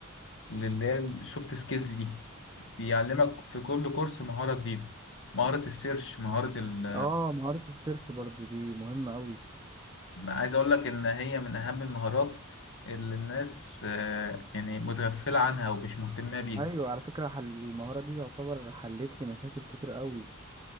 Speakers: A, on the left; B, on the right.
A: للي هي السوفت سكيلز دي بيعلمك في كل كورس مهارة جديدة مهارة السيرش مهارة ال
B: اه مهاره السيرش برضو دي مهمه قوي
A: عايز أقول لك إن هي من أهم المهارات اللي الناس آه، يعني متغفلة عنها ومش مهتمة بيها
B: ايوه على فكره حل المهاره دي يعتبر حلت لي مشاكل كتير قوي